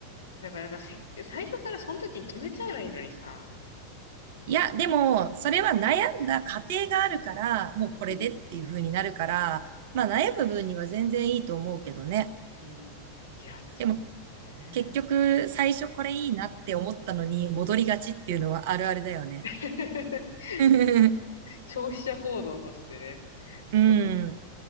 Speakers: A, on the left; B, on the right.
A: だから、なんかせ、最初からその時に決めちゃえばいいのにさ。
B: いや、でも、それは悩んだ過程があるから、もうこれでっていう風になるから、
A: うん、うん、
B: まあ悩む分には全然いいと思うけどね。
A: うんいや、そうね。
B: でも、結局、最初これいいなって思ったのに戻りがちっていうのはあるあるだよね。
A: <laughs>
B: <laughs>
A: 消費者行動としてね。
B: う
A: そう
B: ん。